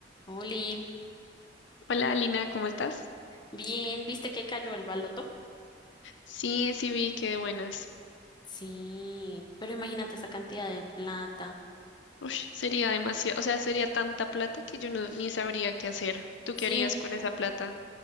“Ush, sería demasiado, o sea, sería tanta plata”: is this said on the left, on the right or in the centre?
Left